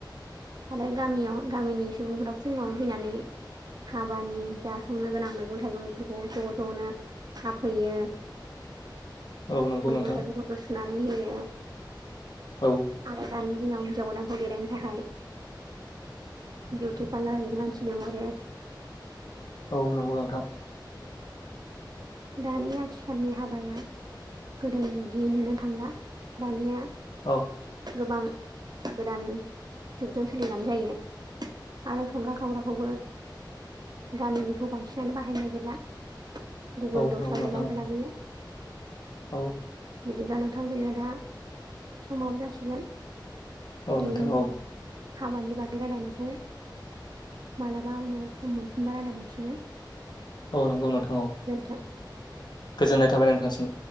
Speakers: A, on the right (about 55°); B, on the left (about 65°).
A: आरो गामियाव गामिनि सुबुंफोरा फुंङाव फैनानै हाबानि जा संनो गोनां मैगं थाइगंफोरखौ ज' ज'नो थाफैयो।
B: <inaudible> नंगौ
A: मैगं
B: नोंथां
A: थाइगंफोरखौ सुनानै होयो
B: औ
A: आरो दानि दिनाव हिन्जाव गोदानखौ देलायनो थाखाय बिउटि पार्लारनि मानसि लिंहरो।
B: औ नंगौ नोंथां।
A: दानि आथिखालनि हाबाया गोदोनि बायदिय नुनो थांला दानिया
B: औ
A: गोबां गोदान जुगजों सोलिनानै जायो। आरो संग्रा खावग्राखौबो गामिनिखौ बांसिनानो बाहायनाय गैला गुबुन
B: औ
A: दस्रा
B: नंगौ नोंथां
A: जायगानिफ्राय लाबोयो।
B: औ
A: बिदिब्ला नोंथां जोंनिया दा समाबो जासिगोन।
B: औ
A: दिनैनि
B: नोंथां औ
A: हाबानि बागै रायलायनायखौ मालाबा उनाव सम मोनफिनबा रायलायबावसिगोन।
B: औ नंगौ नोंथां औ
A: गोजोनथों।
B: गोजोननाय थाबाय नोंथांसिम।